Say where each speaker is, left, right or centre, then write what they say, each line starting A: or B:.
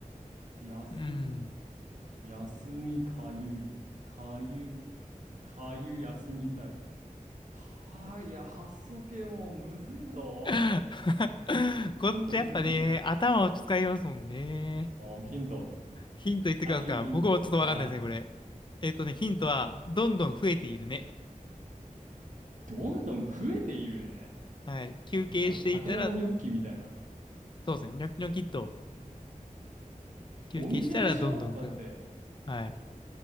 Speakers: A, on the right; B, on the left.
A: やす、
B: うん。
A: 休みかゆい、かゆ、かゆ休みたい。はあ、いや、発想系もうむずいぞ。
B: <laughs> こっちやっぱね、
A: ヒント、ヒント、ヒント。
B: 頭を使いますもんね。
A: あー、ヒント。
B: ヒント言ってきますか僕もちょっとわかんないですね、
A: I need ヒント。はい。
B: これ。えっとね、ヒントは、どんどん増えているね。
A: どんどん増えているね。
B: はい。休憩していたら、
A: まるでタケノコニョッキみたいな。
B: そうですね、ニョキニョキっと、休憩したらどんどんくが。
A: お店でしょだって、
B: はい。